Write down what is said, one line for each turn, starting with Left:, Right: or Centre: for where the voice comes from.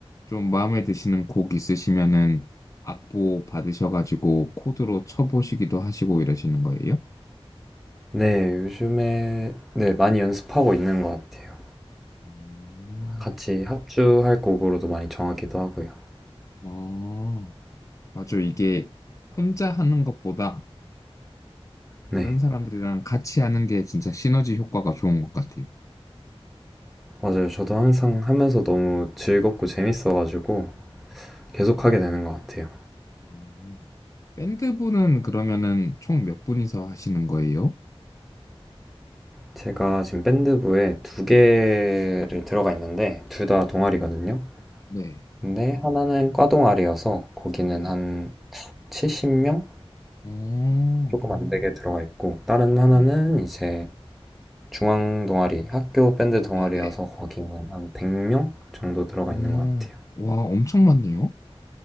Left: 좀 마음에 드시는 곡 있으시면은 악보 받으셔가지고 코드로 쳐보시기도 하시고 이러시는 거예요?
Centre: 네, 요즘에, 네, 많이 연습하고 있는 것 같아요.
Left: 음,
Centre: 같이 합주할 곡으로도 많이 정하기도 하고요.
Left: 아, 맞아. 이게 혼자 하는 것보다 다른
Centre: 네.
Left: 사람들이랑 같이 하는 게 진짜 시너지 효과가 좋은 것 같아요.
Centre: 맞아요. 저도 항상 하면서 너무 즐겁고 재밌어가지고 계속 하게 되는 것 같아요.
Left: 어, 밴드부는 그러면은 총 몇 분이서 하시는 거예요?
Centre: 제가 지금 밴드부에 두 개를 들어가 있는데 둘 다 동아리거든요.
Left: 네,
Centre: 근데 하나는 과 동아리여서 거기는
Left: 네.
Centre: 한 70명
Left: 오,
Centre: 조금 안 되게 들어가 있고 다른 하나는
Left: 네,
Centre: 이제 중앙 동아리, 학교 밴드 동아리여서
Left: 네,
Centre: 거기는 한 100명 정도 들어가
Left: 네.
Centre: 있는 것 같아요.
Left: 오, 와, 엄청 많네요.